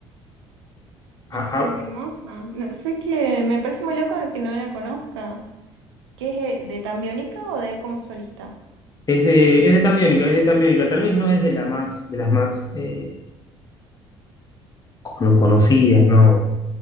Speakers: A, on the right; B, on the left.
A: Ah,
B: A-
A: está
B: a-
A: muy hermosa. No sé, es que me parece muy loco que no la conozca. ¿Qué es eh, de tan biónica o de él como solista?
B: es de, es de Tambiónica, es de Tambiónica. Tal vez no es de, la más, de las más eh, cono- conocidas, ¿no?